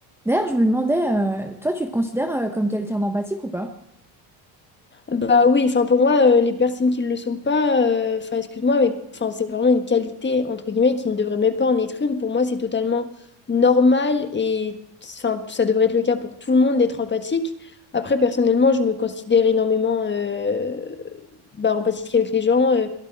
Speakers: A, in the centre; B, on the left.
A: D'ailleurs, je me demandais, euh, toi, tu te considères euh, comme quelqu'un d'empathique ou pas?
B: Bah oui, enfin pour moi, euh, les personnes qui ne le sont pas, euh, enfin excuse-moi, mais enfin, c'est vraiment une qualité, entre guillemets, qui ne devrait même pas en être une. Pour moi, c'est totalement normal et enfin, ça devrait être le cas pour tout le monde d'être empathique. Après, personnellement, je me considère énormément euh, bah, empathique avec les gens. euh,